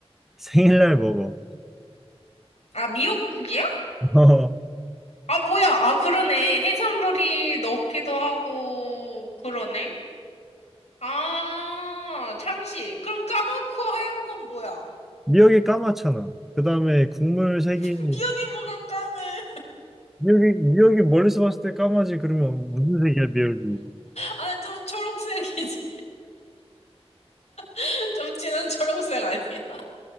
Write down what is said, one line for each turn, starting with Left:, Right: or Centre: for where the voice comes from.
Centre: 생일날 먹어.
Left: 아, 미역국이야?
Centre: <laughs> 어,
Left: 아, 뭐야. 아, 그러네. 해산물이 넣기도 하고, 그러네. 아, 참치. 그럼 까맣고 하얀 건 뭐야?
Centre: 미역이 까맣잖아. 그 다음에 국물 색이,
Left: <laughs> 미역이 뭐가 까매?
Centre: 미역이, 미역이 멀리서 봤을 때 까마지, 그러면 무슨 색이야, 미역이?
Left: 아, 좀 초록색이지. <laughs> 좀 진한 초록색 아니야?